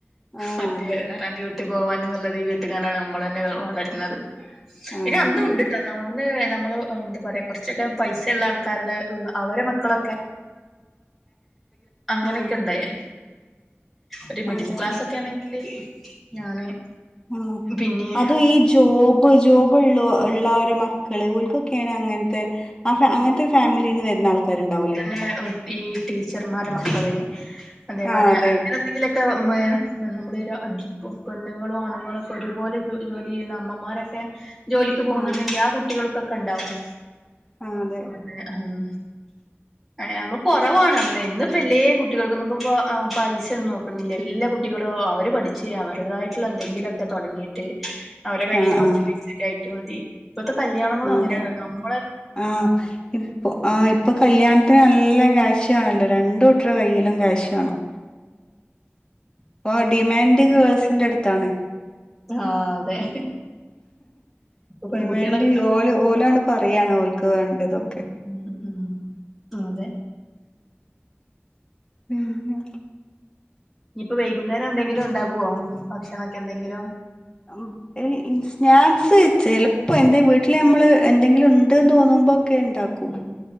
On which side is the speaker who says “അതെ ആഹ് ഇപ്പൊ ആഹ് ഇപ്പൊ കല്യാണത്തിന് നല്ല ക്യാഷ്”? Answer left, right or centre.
Left